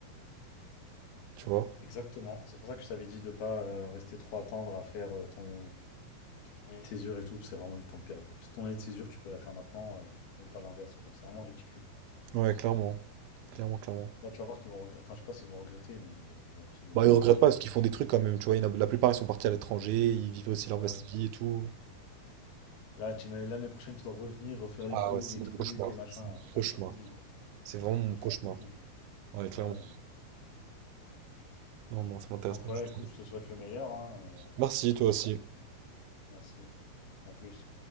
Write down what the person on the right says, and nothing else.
tu vois.
Ouais, clairement, clairement, clairement.
Bah,
ils regrettent
pas parce qu'ils font des trucs quand même, tu vois. il y en a- la plupart, ils sont partis à l'étranger, ils vivaient aussi leur
best
vie
et tout.
Ah
ouais, c'est
mon
cauchemar.
C'est
mon
cauchemar.
C'est vraiment mon
cauchemar.
Ouais, clairement.
Non, non, ça m'intéresse
pas
du tout.
Merci,
toi aussi.